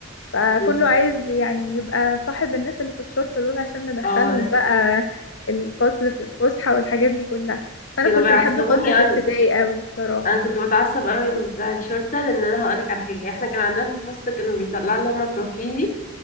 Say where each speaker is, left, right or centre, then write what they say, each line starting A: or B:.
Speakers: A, on the left; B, on the left.
A: فكله
B: أمم.
A: عايز يعني يبقى صاحب الناس اللي في الشرطة دول عشان ندخلهم
B: اه
A: بقى الفصل في الفسحة والحاجات دي كلها فأنا
B: كانوا
A: كنت
B: بيعصبوني
A: بحب فترة
B: قوي
A: ابتدائي قوي بصراحة
B: انا كنت بتعصب قوي من بتاع الشرطة لان انا هقولك على حاجة احنا كان عندنا في الفصل كانوا بيطلعوا اللي هما بتوع كيجي